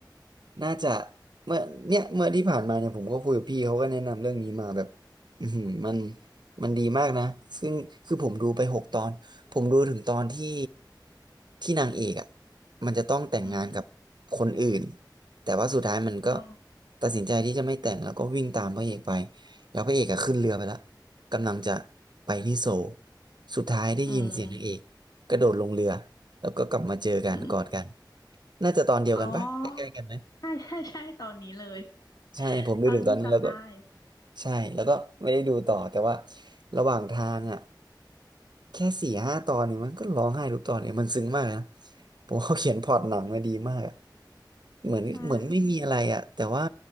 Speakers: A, on the right; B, on the left.
A: น่าจะเมื่อเนี่ยเมื่อที่ผ่านมาเนี่ยผมก็คุยกับพี่เขาก็แนะนำเรื่องนี้มาแบบอือหือมันมันดีมากนะซึ่งคือผมดูไปหกตอนผมดูถึงตอนที่ที่นางเอกอ่ะมันจะต้องแต่งงานกับคนอื่น
B: อืม
A: แต่ว่าสุดท้ายมันก็
B: อ๋อ
A: ตัดสินใจที่จะไม่แต่งแล้วก็วิ่งตามพระเอกไปแล้วพระเอกอะขึ้นเรือไปแล้วกำลังจะไปที่โซลสุดท้ายได้ยินเสียงนางเอกกระโดดลงเรือ
B: อืม
A: แล้วก็กลับมาเจอกันกอดกัน
B: อืม
A: น่าจะตอนเดียวกันปะใกล้ๆกันนะ
B: อ๋อ ใช่ใช่ใช่ตอนนี้เลย
A: ใช่ผมดูถึงตอนนี้แล้วก็
B: ตอนนี้จำได้
A: ใช่แล้วก็ไม่ได้ดูต่อแต่ว่าระหว่างทางอ่ะแค่สี่ห้าตอนเนี่ยมันก็ร้องไห้ทุกตอนเลยมันซึ้งมากนะผมว่าเขาเขียนพล็อตหนังมาดีมากอะ
B: อืม
A: เหมือนเหมือนไม่มีอะไรอ่ะแต่ว่า
B: ใช่